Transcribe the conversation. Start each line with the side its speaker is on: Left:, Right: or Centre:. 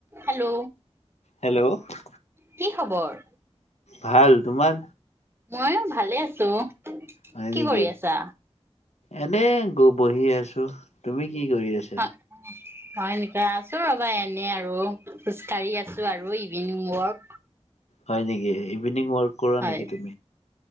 Right: Hello.
Left: Hello অ
Right: কি খবৰ
Left: ভাল তোমাৰ
Right: ময়ো ভালে আছো। ত'। কি
Left: হয় নেকি
Right: কৰি আছা।
Left: এনে গ বহি আছো তুমি। কি কৰি আছা
Right: হ হয় নেকি আছো ৰবা এ। এনে আৰু খোজ কাঢ়ি আছো। আৰু ইভিনিং ৱৰ্ক।
Left: হয় নেকি ইভিনিং ৱৰ্ক। কৰা
Right: হয়,
Left: নেকি তুমি